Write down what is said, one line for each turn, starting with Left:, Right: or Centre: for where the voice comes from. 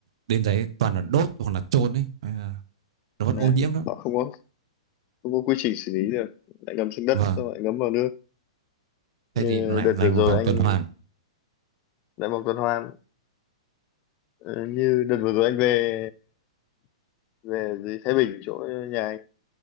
Right: đến đấy toàn là đốt hoặc là chôn ấy à, nó vẫn
Left: nè
Right: ô nhiễm lắm
Left: họ không có không có quy trình xử lý được lại ngâm xuống đất
Right: vâng
Left: xong lại ngấm vào nước
Right: thế
Left: như
Right: thì nó lại
Left: đợt
Right: thành
Left: vừa rồi
Right: một vòng
Left: anh
Right: tuần hoàn
Left: đã vòng tuần hoàn Ờ, như đợt vừa rồi anh về về dưới Thái Bình chỗ nhà anh